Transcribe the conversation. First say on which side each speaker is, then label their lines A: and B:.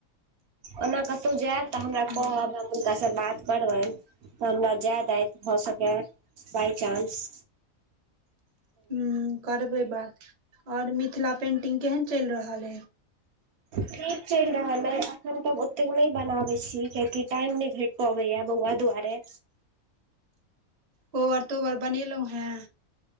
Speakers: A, on the right (about 80°); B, on the right (about 40°).
A: ओना कतहु जायब तऽ हमरा कहब
B: हूँ
A: हम हुनकासँ बात करबै त हमरा जाय देथी भ सकै बाइचान्स।
B: ह करबै बात और मिथिला पेंटिंग केहन चलि रहल है?
A: ठीक चलि रहल अइ अखन तब ओतेक नहि बनाबैत छी कियाकि टाइम नहि भेट पबैया बौआ दुआरे।
B: कोबर तोबर बनेलहुॅं हैं?